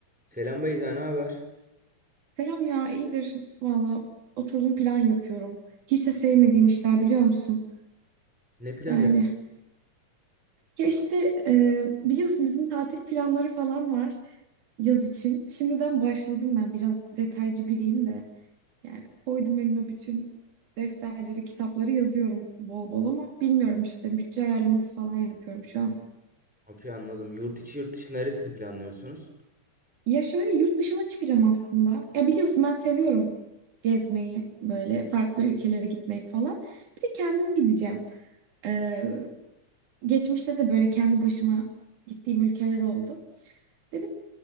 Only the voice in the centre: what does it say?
Selam Beyza, ne haber?
Ne planı
yapıyorsun?
Okey anladım. Yurt içi yurt dışı neresini planlıyorsunuz?